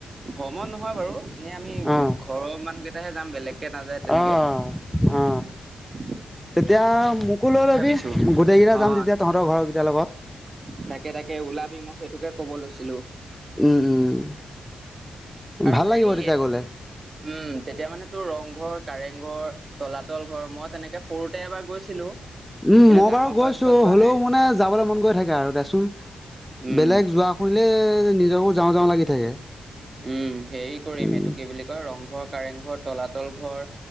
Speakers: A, on the right (about 35°); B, in the centre.
A: ভ্ৰমণ নহয় বাৰু এনে আমি
B: অ
A: ঘৰৰ মানুহ কেইটাহে যাম বেলেগকে নাযায় তেনেকে।
B: অ
A: ।
B: অ
A: <inaudible>
B: তেতিয়া মোকো লৈ লবি
A: ভাবিছো
B: গোটেই কেইটা
A: অ
B: যাম তেতিয়া তহঁতৰ ঘৰ কেইটাৰ লগত।
A: তাকে তাকে ওলাবি মোক সেইটোকে ক'ব লৈছিলো।
B: উম উম
A: আৰু
B: ভাল
A: হেৰি
B: লাগিব তেতিয়া গ'লে
A: উম। তেতিয়া মানে তোৰ ৰংঘৰ কাৰেংঘৰ তলাতল ঘৰ মই তেনেকে সৰুতে এবাৰ গৈছিলো।
B: উম
A: কিন্তু
B: মই
A: ডাঙৰ
B: বাৰু গৈছো।
A: হোৱাৰ পিছত যোৱা
B: হলেও
A: নাই
B: মানে যাবলৈ মন গৈ থাকে আৰু দেচোন
A: উম
B: বেলেগ যোৱাহৈ। নিজকো যাওঁ যাওঁ লাগি থাকে।
A: উম হেৰি কৰিম
B: উম
A: এইটো কি বুলি কয় ৰংঘৰ। কাৰেং ঘৰ তলাতল ঘৰ